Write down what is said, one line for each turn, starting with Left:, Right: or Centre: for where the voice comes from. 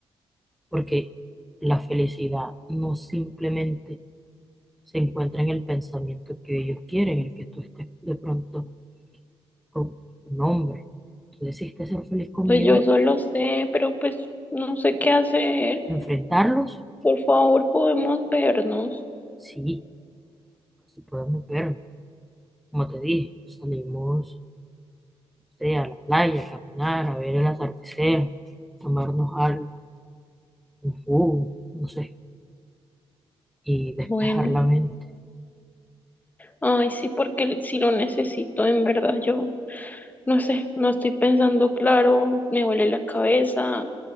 Centre: Porque la felicidad no simplemente se encuentra en el pensamiento que ellos quieren, el que tú estés de pronto con un hombre. Tú decidiste ser feliz conmigo,
Left: Pues yo eso lo sé, pero pues no sé qué hacer.
Centre: enfrentarlos,
Left: Por favor, podemos vernos.
Centre: sí, sí podemos vernos. Como te dije, salimos no a la playa, a caminar, a ver el atardecer, tomarnos algo, un jugo, no sé, y despejar
Left: Bueno,
Centre: la mente.
Left: ay, sí, porque sí lo necesito, en verdad, yo. No sé, no estoy pensando claro, me duele la cabeza,